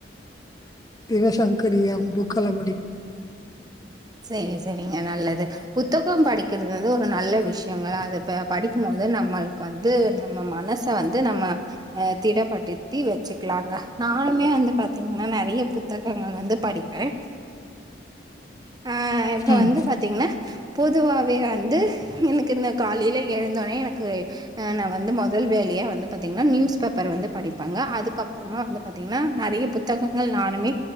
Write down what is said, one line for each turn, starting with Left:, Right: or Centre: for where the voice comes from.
Left: சிவசங்கரி அம்புக்குல படிப்
Right: செரி செரிங்க நல்லது புத்தகம் படிக்கிறது ந்து ஒரு நல்ல விஷ்யங்கள் அத படிக்கும்போது நம்ளுக்கு வந்து நம்ம மனச வந்து நம்ம அஹ் திடப்படுத்தி வச்சுக்லாங்க நானுமே வந்து பாத்திங்கனா நெறைய புத்தகங்கள் வந்து படிப்பேன் ஆஹ் இப்ப
Left: ம்,
Right: வந்து பாத்திங்கனா பொதுவாவே வந்து என்க்கு இந்த காலையில எழுந்தோனே எனக்கு ஹ நான் வந்து மொதல் வேலையா வந்து பாத்திங்கனா நியூஸ் பேப்பர் வந்து படிப்பாங்க அதுக்கப்பறமா வந்து பாத்திங்கனா நெறைய புத்தகங்கள் நானுமே